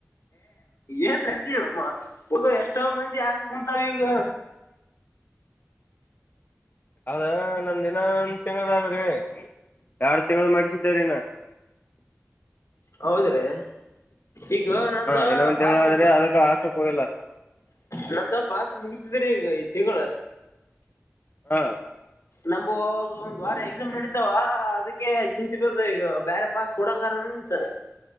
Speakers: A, on the left; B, on the left.
A: ಏನ್ ರರ್ಜಿ ಹಗ ಎಷ್ಟೋ ಮಂದಿ ಹಾಕ ಕುಂತಾವ ಈಗ
B: ಅದ ನಂದ ದಿನ ಒಂದ್ ತಿಂಗಳದ ಆದ್ರಿ ಎರಡ್ ತಿಂಗಳ ಮಾಡಿಸಿದ್ದೇರಿನ
A: ಹೌದಿ್ರೀ ಈಗ ನಂದ
B: ಹಾ ಇನ್ನ ಒಂದ್ ತಿಂಗಳ
A: ಪಾಸಂಬ
B: ಆದ್ರಿ ಅದಕ್ಕ ಹಾಕಕ್ ಹೋಗಿಲ್ಲ
A: ನಂದ ಪಾಸ ಮುಗಿತಿದರಿೀ ಈಗ ಇ ತಿಗ
B: ಹಾ
A: ನಮು ಅವಾಗ ಒಂದ್ ವಾರ ಎಕ್ಸಾಮ್ ನಡೀತಾವ ಅದಕ್ಕೆ ಚಿಂತಿ ಬರ್ದ ಈಗ ಬೇರೆ ಪಾಸ್ ಕೊಡಂಗರಂತ